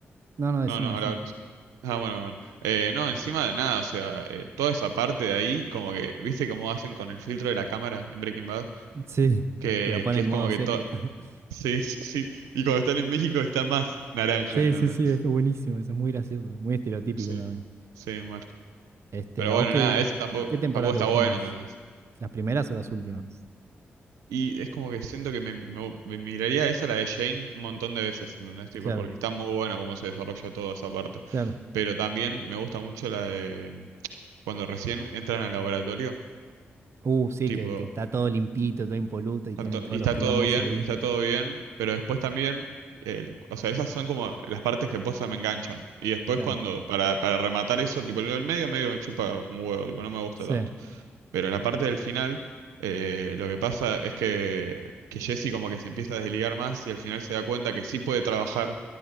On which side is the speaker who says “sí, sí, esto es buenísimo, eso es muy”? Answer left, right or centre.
Right